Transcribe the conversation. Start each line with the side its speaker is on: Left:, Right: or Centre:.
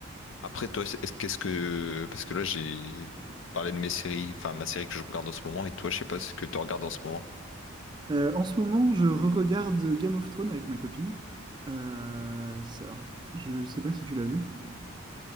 Left: Après toi, c'est- est-ce qu'est-ce que parce que là j'ai parlé de mes séries, enfin ma série que je regarde en ce moment et toi je sais pas ce que tu regardes en ce moment.
Right: Euh, en ce moment, je re-regarde Game of Thrones avec ma copine. Euh, ça- alors, je sais pas si tu l'as vu.